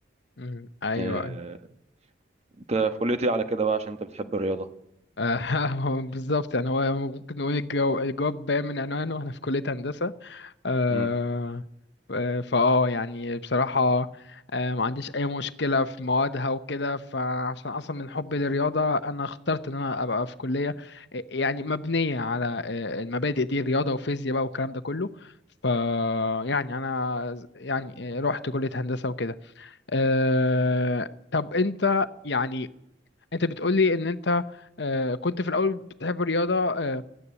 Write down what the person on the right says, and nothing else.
ايوه
آه، انت في كليتي على كده بقى عشان انت بتحب الرياضه
امم